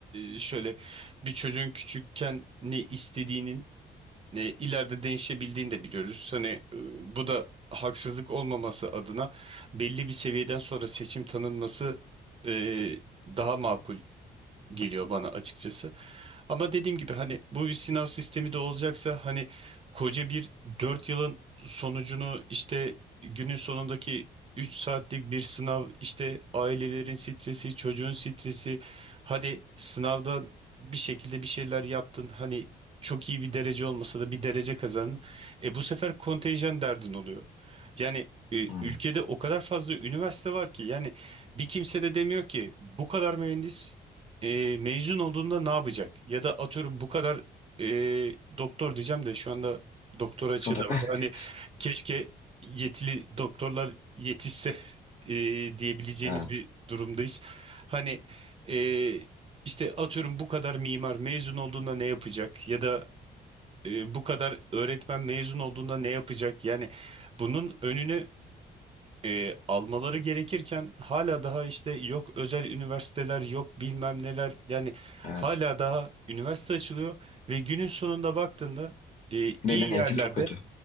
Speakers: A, on the right; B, on the left.
A: e, şöyle bir çocuğun küçükken ne istediğinin ne ileride değişebildiğini de biliyoruz. Hani e, bu da haksızlık olmaması adına belli bir seviyeden sonra seçim tanınması e, daha makul geliyor bana açıkçası. Ama dediğim gibi hani bu bir sınav sistemi de olacaksa hani koca bir 4 yılın sonucunu işte günün sonundaki 3 saatlik bir sınav işte ailelerin stresi, çocuğun stresi hadi sınavdan bir şekilde bir şeyler yaptın hani çok iyi bir derece olmasa da bir derece kazandın. E bu sefer kontenjan derdin oluyor. Yani e,
B: Hı.
A: ülkede o kadar fazla üniversite var ki yani bir kimse de demiyor ki bu kadar mühendis e, mezun olduğunda ne yapacak? Ya da atıyorum bu kadar e, doktor diyeceğim de şu anda doktor açığı
B: O da
A: da var.
B: <laughs>
A: Hani keşke yetili doktorlar yetişse e, diyebileceğimiz
B: evet,
A: bir durumdayız. Hani e, işte atıyorum bu kadar mimar mezun olduğunda ne yapacak? Ya da e, bu kadar öğretmen mezun olduğunda ne yapacak? Yani bunun önünü e, almaları gerekirken hala daha işte yok özel üniversiteler yok bilmem neler yani
B: evet.
A: hala daha üniversite açılıyor ve günün sonunda baktığında e, iyi
B: Verilen eğitim
A: yerlerde
B: çok kötü.